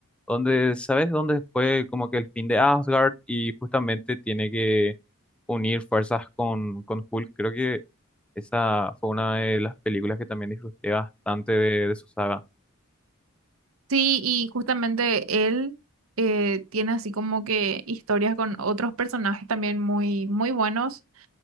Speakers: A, in the centre; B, on the right.
A: donde, ¿sabes dónde fue como que el fin de Asgard y justamente tiene que unir fuerzas con, con Hulk? Creo que esa fue una de las películas que también disfruté bastante de, de su saga.
B: Sí, y justamente él eh, tiene así como que historias con otros personajes también muy, muy buenos.